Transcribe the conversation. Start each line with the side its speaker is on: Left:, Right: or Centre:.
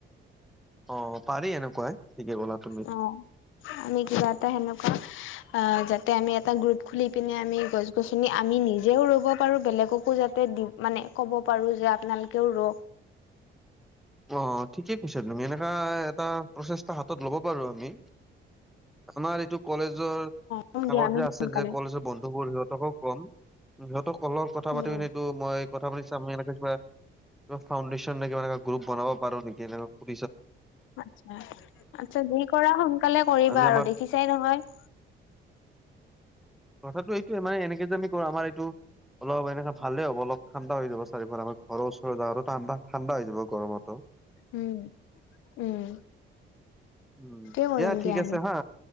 Centre: অ, পাৰি এনেকুৱাই ঠিকে ক'লা তুমি।
Left: অ, আমি কিবা এটা সেনেকুৱা অ, যাতে আমি এটা গ্ৰুপ খুলি পিনে আমি গছ গছনি আমি নিজেও ৰুব পাৰো বেলেগকো যাতে দি মানে ক'ব পাৰো যে আপোনালোকেও ৰক
Centre: অ, ঠিকে কৈছা তুমি এনেকাই এটা প্ৰচেষ্টা হাতত ল'ব পাৰো আমি আমাৰ এইটো কলেজ জৰ
Left: কম
Centre: আগৰ
Left: দিয়া আমি
Centre: যে
Left: সোনকালে,
Centre: আছিল যে কলেজৰ বন্ধুবোৰ সিহঁতকো কম সিহঁতৰ কলত কথা
Left: উম,
Centre: পাতি
Left: উম।
Centre: এইটো মই কথা পাতি চাম এনেকে কিবা কিবা ফাউণ্ডেশ্যন নে কিবা এ গ্ৰুপ বনাব পাৰ নেকি এনেকে
Left: আতছা আচ্ছা যি কৰা সোনকালে কৰিবা
Centre: আমি
Left: আৰু
Centre: আমাৰ
Left: দেখিছাই নহয় <inaudible>
Centre: কথাটো এইটোয়ে মানে এনেকে যে আমি কৰো আমাৰ এইটো অলপ এনেকে ভালে হব অলপ ঠাণ্ডা হৈ যাব চাৰিওফালে আমৰ ঘৰৰ ওচৰ জাগাটো ঠাণ্ডা হৈ যাব গৰমত
Left: উম, উম,
Centre: উম
Left: সেইটোৱে কৰিম
Centre: দিয়া ঠিক
Left: আমি।
Centre: আছে হা